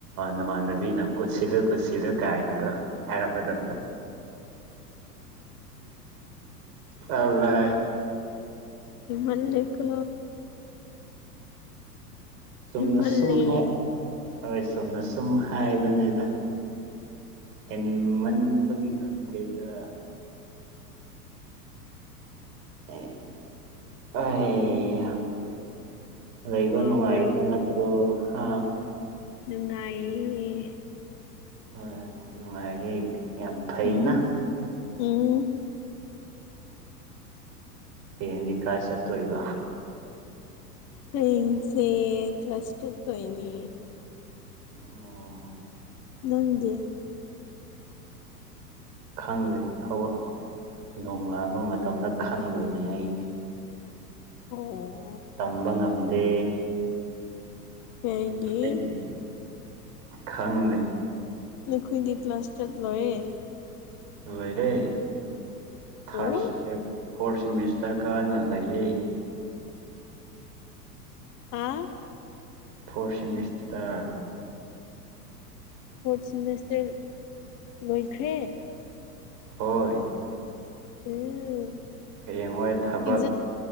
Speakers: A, on the right; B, on the left.
A: ꯅꯃꯥꯟꯅꯕꯤꯅ ꯀꯨꯠꯁꯤꯜꯂꯒ ꯄꯨꯠꯁꯤꯂꯣ ꯀꯥꯏꯅꯀꯣ ꯍꯥꯏꯔꯕꯗꯣ ꯆ ꯂ
B: ꯍꯤꯃꯥꯂꯣꯏꯀꯣ
A: ꯆꯨꯝꯅꯁꯨꯝ
B: ꯍꯦꯟꯃꯜꯂꯦ
A: ꯍꯥꯏ ꯍꯣꯏ ꯁꯣꯝꯅ ꯁꯨꯝ ꯍꯥꯏꯕꯅꯦꯗ ꯍꯦꯟꯃꯟꯕꯒꯤ ꯅꯠꯇꯦꯗ ꯑꯦ ꯑꯩ ꯑꯗ
B: ꯋꯥꯕ꯭ꯔꯣ
A: ꯏꯕ ꯃꯥꯕꯟꯠꯇꯣ ꯍꯥ
B: ꯅꯨꯡꯉꯥꯏꯌꯦ
A: ꯍꯣꯏꯣꯏ ꯅꯨꯡꯉꯥꯏꯔꯤ ꯌꯥꯝ ꯐꯩꯅ
B: ꯎꯝ ꯎꯝ
A: ꯍꯌꯦꯡꯗꯤ ꯀꯥꯏ ꯆꯠꯇꯣꯕ
B: ꯑꯩꯁꯦ ꯀ꯭ꯂꯥꯁꯇꯔ ꯇꯣꯏꯉ
A: ꯑꯣ
B: ꯅꯪꯒꯤꯦ
A: ꯈꯪꯗ꯭ꯦ ꯍꯧ ꯅꯣꯡꯉꯂꯕ ꯃꯇꯝꯗ ꯈꯪꯗꯣꯏꯅꯦ ꯑꯩꯁ
B: ꯑꯣ
A: ꯇꯝꯕ ꯉꯝꯗꯦ
B: ꯄꯒꯤ
A: ꯑꯩꯒꯤꯗꯤ ꯈꯪꯗꯦ
B: ꯅꯈꯣꯏꯗꯤ ꯀ꯭ꯂꯥꯁ ꯆꯠꯂꯣꯏꯔꯦ
A: ꯑꯣꯏꯣꯏꯔꯦ ꯊꯥꯔꯁꯤ
B: ꯑꯣ
A: ꯐꯣꯔꯠ ꯁꯤꯦꯃꯤꯁꯇꯔ ꯀꯥꯅ ꯂꯩꯌꯦ
B: ꯍꯥꯥ
A: ꯐꯣꯔ ꯁꯤꯃꯤꯁꯇꯔ
B: ꯐꯣꯔꯠ ꯁꯤꯦꯃꯦꯁꯇꯔ ꯂꯣꯏꯈ꯭ꯔꯦ
A: ꯍꯣꯏ
B: ꯎꯝ
A: ꯍꯌꯦꯡ ꯍꯣꯏ ꯊꯕꯛ
B: ꯑꯦꯛꯖꯥꯝ